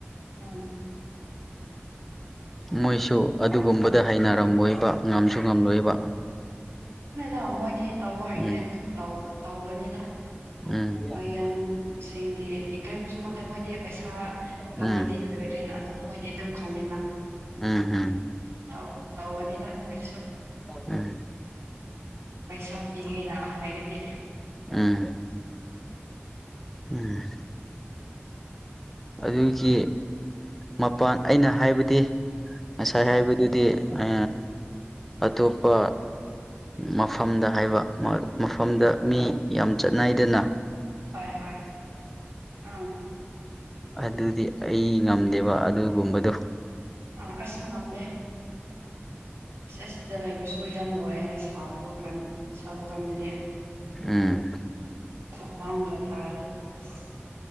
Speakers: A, on the right; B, in the centre.
A: ꯑꯝ
B: ꯃꯣꯏꯁꯨ ꯑꯗꯨꯒꯨꯝꯕꯗ ꯍꯩꯅꯔꯝꯃꯣꯏꯕ ꯉꯝꯁꯨ ꯉꯝꯂꯣꯏꯕ
A: ꯑꯗꯨꯅꯦꯗ ꯃꯣꯏꯗꯤ ꯇꯧꯕ ꯍꯥꯏꯗꯤ
B: ꯎꯝ
A: ꯑꯗꯨꯝ ꯇꯧꯕꯥ ꯇꯧꯕꯅꯤꯗ
B: ꯎꯝ
A: ꯃꯌꯥꯡ ꯏꯁꯤꯡꯗꯤ ꯏꯀꯥꯏꯕꯁꯨ ꯈꯪꯗꯦ ꯃꯣꯏꯗꯤ ꯄꯩꯁꯥ ꯐꯪꯉꯗꯤ
B: ꯎꯝ
A: ꯂꯣꯏꯔꯦꯅꯥ ꯑꯗꯨꯝ ꯃꯣꯏꯗꯤ ꯑꯗꯨꯝ ꯈꯜꯂꯦꯅ
B: ꯎꯝ ꯍꯨꯝ
A: ꯇꯧ ꯇꯧꯒꯅꯤꯗ ꯃꯣꯏꯁꯨ
B: ꯎꯝ
A: ꯄꯩꯁꯥ ꯄꯤꯒꯦꯅ ꯍꯥꯏꯔꯗꯤ
B: ꯎꯝ ꯎꯝ ꯑꯗꯨꯒꯤ ꯃꯄꯥꯟ ꯑꯩꯅ ꯍꯥꯏꯕꯗꯤ ꯉꯁꯥꯏ
A: ꯎꯝ
B: ꯍꯥꯏꯕꯗꯨꯗꯤ ꯑ ꯑꯇꯣꯞꯄ ꯃꯐꯝꯗ ꯍꯥꯏꯕ ꯃꯐꯝꯗ ꯃꯤ ꯌꯥꯝ ꯆꯠꯅꯥꯏꯗꯅ
A: ꯍꯣꯏ ꯍꯣꯏ ꯑꯥ
B: ꯑꯗꯨꯗꯤ ꯑꯩ ꯉꯝꯗꯦꯕ ꯑꯗꯨꯒꯨꯝꯕꯗꯣ
A: ꯑ ꯑꯁꯨ ꯉꯝꯗꯦ ꯑꯁ ꯑꯁꯤꯗ ꯂꯩꯕꯁꯨ ꯌꯥꯝ ꯋꯥꯏꯑꯦ ꯁꯥꯕ ꯀꯥꯟ ꯁꯥꯕ ꯀꯥꯟꯗꯗꯤ
B: ꯎꯝ
A: ꯍꯨꯃꯥꯡꯒ ꯇꯥꯔꯒ ꯑꯁ